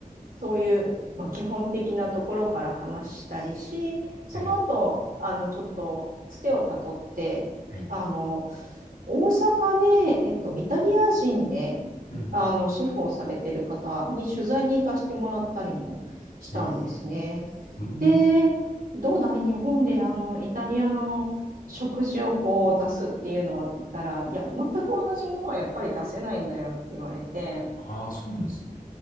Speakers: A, on the right; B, on the left.
A: そういう、まあ、基本的なところから話したりし、その後、
B: はい。
A: あの、ちょっと、つてをたどって、
B: はい。
A: あの、大阪で、えっと、
B: うん
A: イタリア人で、
B: うん。
A: あの、シェフをされてる方に取材に行かせてもらったりもしたんですね。
B: へえうん。
A: で、どうだい日本で、あの、イタリアの食事をこう出すっていうのはって言ったら、いや、全く同じものはやっぱり出せないんだよって言われて、
B: ああ、そうなんですね。